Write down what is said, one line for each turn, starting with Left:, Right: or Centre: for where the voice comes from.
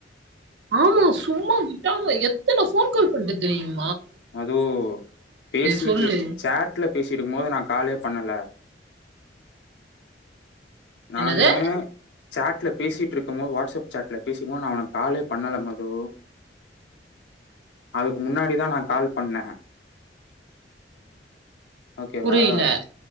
Right: ஆமா சும்மா விட்டாம எத்தனை போன் கால் பண்ணிட்டு தெரியுங்க
Left: அதோ பேசிட்டு
Right: சொல்லு.
Left: இரு சேட்ல பேசி இருக்கும் போது நா காலே பண்ணல நானே
Right: என்னது?
Left: சாட்ல பேசிட்டு இருக்கும் மோது வாட்ஸ்அப் சாட்ல பேசிக்கும்போது நான் உனக்கு காலே பண்ணல மது அதுக்கு முன்னாடிதான் நான் கால் பண்ணேன் ஓகேவா
Right: புரியல.